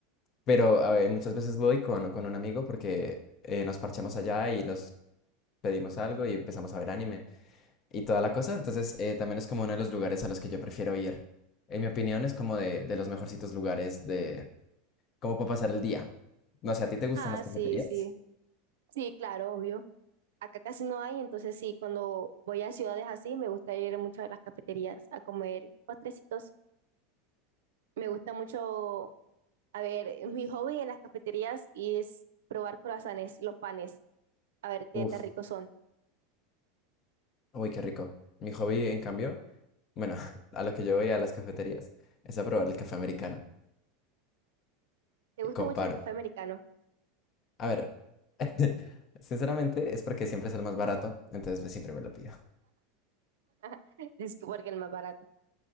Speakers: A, on the left (about 40°); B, on the right (about 80°).
A: Pero a ver, muchas veces voy con, con un amigo porque eh, nos parchamos allá y nos pedimos algo y empezamos a ver anime y toda la cosa. Entonces, eh, también es como uno de los lugares a los que yo prefiero ir. En mi opinión, es como de, de los mejorcitos lugares de como para pasar el día. No sé, ¿a ti te gustan
B: Ah,
A: las cafeterías?
B: sí, sí. Sí, claro, obvio. Acá casi no hay, entonces sí, cuando voy a ciudades así, me gusta ir mucho a las cafeterías a comer postrecitos. Me gusta mucho, a ver, <laughs> mi hobby en las cafeterías es probar croissants, los panes, a ver qué
A: Uf,
B: tan ricos son.
A: uy, qué rico. Mi hobby, en cambio, bueno, <laughs> a lo que yo voy a las cafeterías es a probar el café americano.
B: ¿Te
A: Y
B: gusta
A: comparo.
B: mucho el café americano?
A: A ver, <laughs> sinceramente es porque siempre es el más barato, entonces pues siempre me lo pido.
B: <laughs> Es que porque es el más barato.